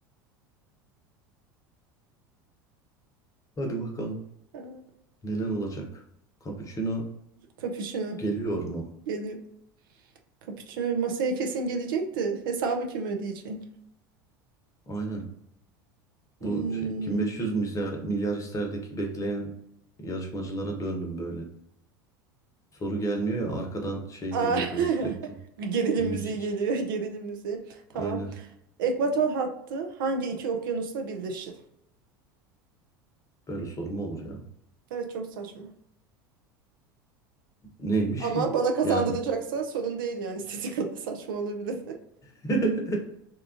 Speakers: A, on the left (about 30°); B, on the right (about 75°).
A: Hadi bakalım.
B: Ee,
A: Neler olacak? Cappuccino
B: Cappuccino
A: geliyor mu?
B: geliyor. Cappuccino masaya kesin gelecekti. Hesabı kim ödeyecek?
A: Aynen.
B: Hmm.
A: Bu şey, kim 500 milyar, milyar isterdeki bekleyen yarışmacılara döndüm böyle. Soru gelmiyor ya arkadan şey
B: Aa,
A: geliyor
B: <laughs>
A: böyle sürekli.
B: gerilim
A: Bir müzik.
B: müziği geliyor. <laughs> Gerilim müziği. Tamam.
A: Aynen.
B: Ekvator hattı hangi iki okyanusla birleşir?
A: Böyle soru mu olur ya?
B: Evet çok saçma.
A: Neymiş
B: Ama
A: ki?
B: bana kazandıracaksa
A: Yani
B: sorun değil yani. <laughs> İstediği kadar saçma olabilir.
A: <laughs>